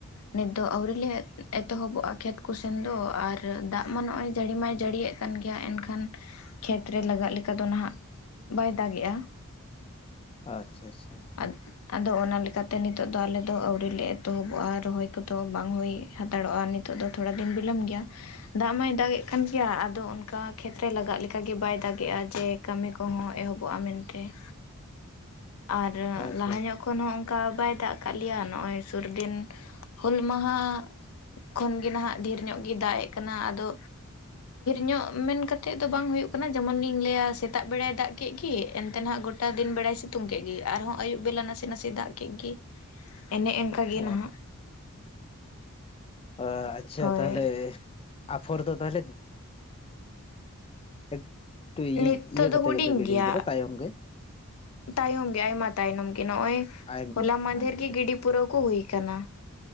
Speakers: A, on the left; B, on the left.
A: ᱱᱤᱛᱚᱜ ᱫᱚ ᱟᱹᱣᱨᱤ ᱞᱮ ᱮᱛᱚᱦᱚᱵᱚᱜᱼ ᱠᱷᱮᱛ ᱠᱚᱥᱮᱱ ᱫᱚ, ᱟᱨ ᱫᱟᱜ ᱢᱟ ᱱᱚᱜᱼᱚᱭ ᱡᱟᱹᱲᱤ ᱢᱟᱭ ᱡᱟᱹᱲᱤᱭᱮᱫᱼᱼ ᱠᱟᱱ ᱜᱮᱭᱟ ᱮᱱᱠᱷᱟᱱ ᱠᱷᱮᱛ ᱨᱮ ᱞᱟᱜᱟᱜ ᱞᱮᱠᱟ ᱫᱚ ᱱᱟᱜ ᱵᱟᱭ ᱫᱟᱜᱮᱜᱼᱟ ᱾
B: ᱟᱪᱪᱷᱟ ᱟᱪᱪᱷᱟ ᱾
A: ᱟᱫ ᱟᱫᱚ ᱚᱱᱟ ᱞᱮᱠᱟᱛᱮ ᱱᱤᱛᱚᱜ ᱫᱚ ᱟᱞᱮ ᱫᱚ ᱟᱹᱣᱨᱤᱞᱮ ᱮᱛᱚᱦᱚᱵᱚᱜᱼᱟ ᱨᱚᱦᱚᱭ ᱠᱚᱫᱚ ᱵᱟᱝ ᱦᱩᱭᱼᱼ ᱦᱟᱛᱟᱲᱚᱜᱼᱟ ᱱᱤᱛᱚᱜ ᱫᱚ ᱛᱷᱚᱲᱟ ᱫᱤᱱ ᱵᱤᱞᱚᱢ ᱜᱮᱭᱟ, ᱫᱟᱜ ᱢᱟᱭ ᱫᱟᱜᱮᱫ ᱠᱟᱱ ᱜᱮᱭᱟ ᱾ ᱟᱫᱚ ᱚᱱᱠᱟ ᱠᱷᱮᱛ ᱨᱮ ᱞᱟᱜᱟᱜ ᱞᱮᱠᱟ ᱜᱮ ᱵᱟᱭ ᱫᱟᱜᱮᱜᱼᱟ, ᱡᱮ ᱠᱟᱹᱢᱤ ᱠᱚᱦᱚᱸ ᱮᱦᱚᱵᱚᱜᱼᱟ ᱢᱮᱱᱛᱮ ᱾
B: <unintelligible>
A: ᱟᱨ
B: ᱟᱪᱪᱷᱟ
A: ᱞᱟᱦᱟ
B: ᱟᱪᱪᱷᱟ
A: ᱧᱚᱜᱼᱼ ᱠᱷᱚᱱ ᱦᱚᱸ ᱚᱱᱠᱟ ᱵᱟᱭ ᱫᱟᱜ ᱠᱟᱜ ᱞᱮᱭᱟ, ᱱᱚᱜᱼᱚᱭ ᱥᱩᱨᱫᱤᱱ ᱦᱩᱞ ᱢᱟᱦᱟᱼᱼ ᱠᱷᱚᱱᱜᱮ ᱱᱟᱜ ᱰᱷᱤᱨ ᱧᱚᱜ ᱜᱮ ᱫᱟᱜᱮᱜ ᱠᱟᱱᱟ ᱟᱫᱚᱼᱼ ᱧᱚᱜ ᱢᱮᱱ ᱠᱟᱛᱮᱫ ᱫᱚ ᱵᱟᱝ ᱦᱩᱭᱩᱜ ᱠᱟᱱᱟ, ᱡᱮᱢᱚᱱ ᱞᱤᱧ ᱞᱟᱹᱭᱟ ᱥᱮᱛᱟᱜ ᱵᱮᱲᱟᱭ ᱫᱟᱜ ᱠᱮᱜ ᱜᱤ ᱮᱱᱛᱮ ᱱᱟᱜ ᱜᱚᱴᱼᱼ ᱮᱴᱟ ᱫᱤᱱ ᱵᱮᱲᱟᱭ ᱥᱤᱛᱩᱝ ᱠᱮᱜ ᱜᱮ, ᱟᱨᱦᱚᱸ ᱟᱭᱩᱵ ᱵᱮᱞᱟ ᱱᱟᱥᱮ ᱱᱟᱥᱮ ᱫᱟᱜ ᱠᱮᱜ ᱜᱮ ᱮᱱᱮ ᱮᱝᱠᱟ ᱾ ᱚᱱᱠᱟ ᱜᱮ
B: ᱚ
A: ᱱᱟᱜᱼᱼ
B: ᱚ ᱟᱪᱪᱷᱟ
A: ᱦᱳᱭ
B: ᱛᱟᱦᱞᱮ ᱟᱯᱷᱚᱨ ᱫᱚ ᱛᱟᱦᱞᱮᱼᱼ ᱮᱠᱴᱩ
A: ᱱᱤᱛᱚᱜ
B: ᱤᱭᱟᱹ
A: ᱫᱚ
B: ᱠᱟᱛᱮ
A: ᱦᱩᱰᱤᱧ
B: ᱜᱮᱯᱮ ᱜᱤᱲᱤᱭ
A: ᱜᱮᱭᱟ
B: ᱠᱟᱫᱟ ᱛᱟᱭᱚᱢ ᱜᱮ ᱾
A: ᱛᱟᱭᱚᱢ ᱜᱮ ᱟᱭᱢᱟ ᱛᱟᱭᱱᱚᱢ ᱜᱮ, ᱱᱚᱜᱼᱚᱭ
B: ᱟᱭᱮᱢ
A: ᱦᱚᱞᱟ ᱢᱟᱸᱫᱷᱮᱨ
B: ᱟᱪᱪᱷᱟ
A: ᱜᱤ ᱜᱤᱰᱤᱼᱼ ᱯᱩᱨᱟᱹᱣ ᱠᱚ ᱦᱩᱭ ᱠᱟᱱᱟ᱾